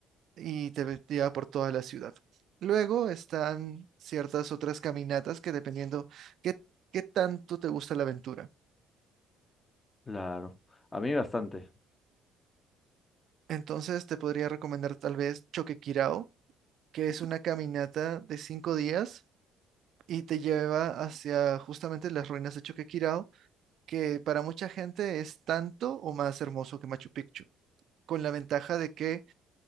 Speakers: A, on the right (about 65°); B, on the left (about 25°).
A: y te, ve- te lleva por toda la ciudad. Luego están ciertas otras caminatas que dependiendo qué, qué tanto te gusta la aventura.
B: Claro. A mí bastante.
A: Entonces te podría recomendar tal vez Choquequirao, que es una caminata de cinco días y te lleva hacia justamente las ruinas de Choquequirao, que para mucha gente es tanto o más hermoso que Machu Picchu, con la ventaja de que,